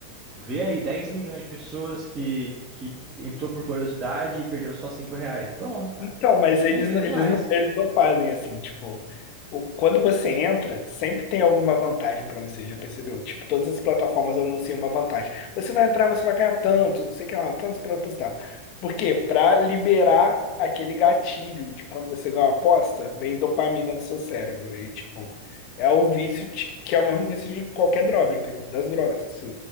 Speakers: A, on the right (about 20°); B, on the left (about 40°).
A: Vê aí 10 milhões de pessoas que, que entrou por curiosidade e perdeu só 5 reais. Pronto, cara.
B: Então, mas
A: É
B: eles,
A: dinheiro
B: não-
A: demais.
B: eles não, eles não fazem assim, tipo, o- quando você entra, sempre tem alguma vantagem pra você, já percebeu? Tipo, todas as plataformas anunciam uma vantagem. Você vai entrar, você vai ganhar tanto, não sei o que lá, tanto pra apostar. Por quê? Pra liberar aquele gatilho de quando você ganha uma aposta, vem dopamina no seu cérebro. E, tipo, é o vício de- que é o mesmo vício de qualquer droga, entendeu? Das drogas que você,